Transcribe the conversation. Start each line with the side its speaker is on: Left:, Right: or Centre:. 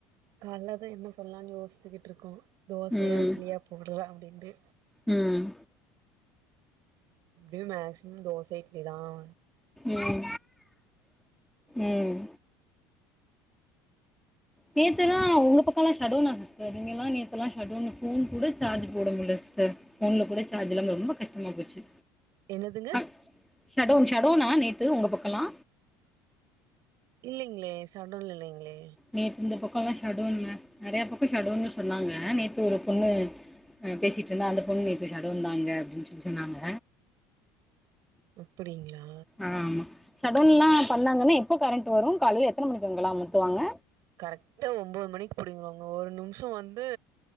Right: காலலதா என்ன பண்லானு யோஸ்த்துகிட்ருக்கோ தோசையா
Centre: ம்
Right: இட்லியா போடலா அப்டின்ட்டு
Centre: ம்
Right: எப்டியு மேக்சிமம் தோச இட்லிதா அவ
Centre: ம் ம் நேத்தெல்லா உங்க பக்கலா ஷடவுன்னா சிஸ்டர் இங்கல்லா நேத்தெலா ஷடவுன்னு ஃபோன் கூட சார்ஜ் போட முடில சிஸ்டர் ஃபோன்ல கூட சார்ஜ் இல்லாம ரொம்ப கஷ்டமா போச்சு
Right: என்னதுங்க
Centre: அ ஷடவுன் ஷடவுனா நேத்து உங்க பக்கலா
Right: இல்லிங்ளே ஷடவுன் இல்லிங்ளே
Centre: நேத்து இந்த பக்கலா ஷடவுன்ங்க நெறைய பக்க ஷடவுன்னு சொன்னாங்க நேத்து ஒரு பொண்ணு பேசிட்ருந்த அந்த பொண்ணு நேத்து ஷடவுன்தா அங்க அப்டின் சொல்லி சொன்னாங்க
Right: அப்படிங்ளா
Centre: ஆ ஆமா ஷடவுன்ல்லா பண்ணாங்கன்னா எப்போ கரண்ட் வரு காலைல எத்தன மணிக்கு அங்கலா அமத்துவாங்க
Right: கரெக்டா ஒம்போது மணிக்கு புடிங்கிருவாங்க ஒரு நிம்ஷ வந்து